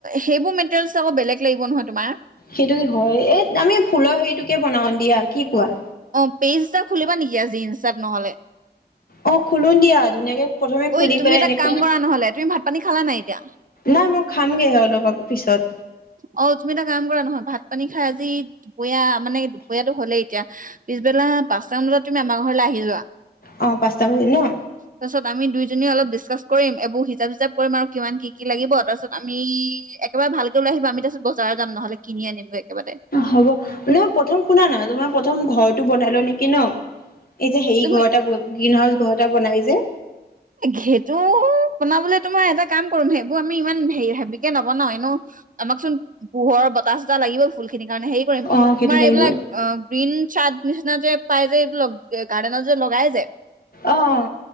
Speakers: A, on the right; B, on the left.
A: সেইবোৰ মেটেৰিয়েলছ আক বেলেগ লাগিব নহয়। তোমাৰ
B: সেইটো হয় এ আমি ফুলৰ হেৰিটো। বনাও দিয়া কি কোৱা।
A: অ পেইজটা। খুলিবা নেকি আজি ইনষ্টাত নহলে।
B: অ খুলো দিয়া ধুনীয়াকে প্ৰথমে
A: ঐ
B: খুলি
A: তুমি
B: পেলাই
A: এটা
B: এনেকুৱা।
A: কাম কৰা নহ'লে তুমি ভাত পানী খালা নাই এতিয়া
B: নাই মই খা খামগৈহে অলপ আগ পিছত।
A: অ তুমি এটা কাম কৰা নহয় ভাত পানী খাই আজি দুপৰীয়া মানে দুপৰীয়াটো হলেই এতিয়া পিছবেলা পাঁচটামান বজাত তুমি আমাৰ ঘৰলে আহি যোৱা।
B: অ পাঁচটা বাজিল ন
A: তাৰপিছত আমি দুইজনী অলপ ডিচকাচ কৰিম এইবোৰ হিচাপ চিচাপ কৰিম আৰু কিমান কি কি লাগিব, তাৰপিছত আমি একেবাৰে ভাল- লৈ আহিব আমি তাৰ পিছত বজাৰ যাম নহলে কিনি আনিম গৈ একেবাৰতে।
B: হ'ব মই প্ৰথম শুনা না, তোমাৰ প্ৰথম ঘৰটো বনাই লোৱা নেকি ন। এতিয়া হেৰি
A: তুমি
B: ঘৰ এটা 'গ্ৰীণ হাউচ' ঘৰ। টা বনাই যে।
A: সেইটো বনাবলে তোমাৰ এটা কাম কৰিম, সেইবোৰ আমি ইমান হেৰি হেবিকে নবনাও এনেও আমাক চোন পোহৰ, বতাহ চতাহ লাগিবই ফুল খিনিক। মানে হেৰি কৰিম
B: অ
A: তোমাৰ
B: সেইটো লাগিব
A: এইবিলাক অ গ্ৰীণ চাৰ্ট। নিচিনা যে পাই যে এই গাৰ্ডেনত যে লগাই যে।
B: আহ।